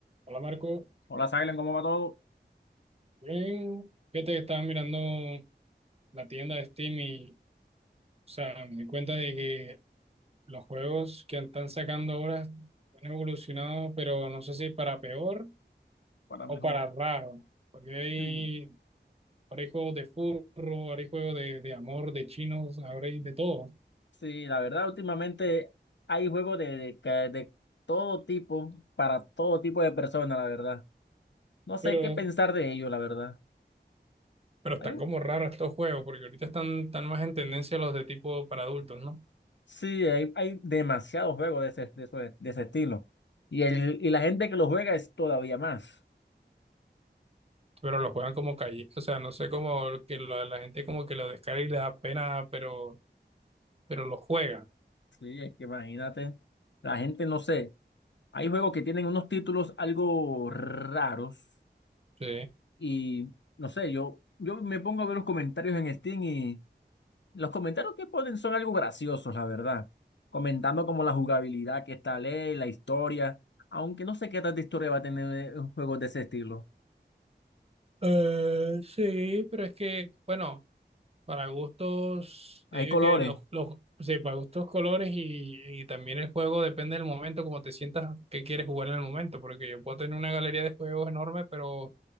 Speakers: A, on the right; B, on the left.
A: Hola Marco,
B: Hola, Silen, ¿cómo va todo?
A: bien, fíjate que estaba mirando la tienda de Steam y, o sea, me di cuenta de que los juegos que están sacando ahora han evolucionado, pero no sé si para peor
B: Para
A: o
B: mejor.
A: para raro, porque hay,
B: Sí,
A: ahora hay juegos de furro, ahora hay juegos de, de amor, de chinos, ahora hay de todo,
B: sí, la verdad, últimamente hay juegos de, de, ca- de todo tipo, para todo tipo de personas, la verdad. No sé
A: pero,
B: qué pensar de ellos, la verdad.
A: pero están
B: Hay,
A: como raros estos juegos, porque ahorita están, están más en tendencia los de tipo para adultos, ¿no?
B: sí, hay, hay demasiados juegos de ese, de, ese de ese estilo. Y, el, y la gente que lo juega es todavía más.
A: Pero los juegan como calle, o sea, no sé cómo que la, la gente como que lo descarga y le da pena, pero pero lo juega.
B: Sí, es que imagínate, la gente no sé. Hay juegos que tienen unos títulos algo raros
A: Sí.
B: y no sé, yo, yo me pongo a ver los comentarios en Steam Los comentarios que ponen son algo graciosos, la verdad. Comentando como la jugabilidad que está ley, la historia. Aunque no sé qué tanta historia va a tener eh, un juego de ese estilo.
A: Eh, sí, pero es que, bueno, para gustos,
B: Hay
A: yo digo
B: colores.
A: que los, los, sí, para gustos colores y, y también el juego depende del momento, como te sientas que quieres jugar en el momento, porque yo puedo tener una galería de juegos enorme, pero